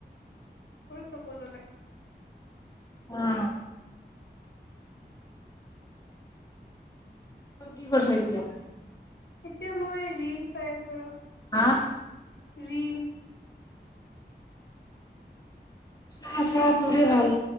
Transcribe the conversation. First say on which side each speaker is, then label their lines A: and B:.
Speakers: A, on the left; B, on the left.
A: মোৰো চকু জ্বলে।
B: অ'। <unintelligible> কি কৰিছ এতিয়া?
A: এতিয়া মই ৰিল চাই আছো ৰ'।
B: হা।
A: ৰীল।
B: চা, চা,
A: ৰিলচ
B: তোৰে ভাল,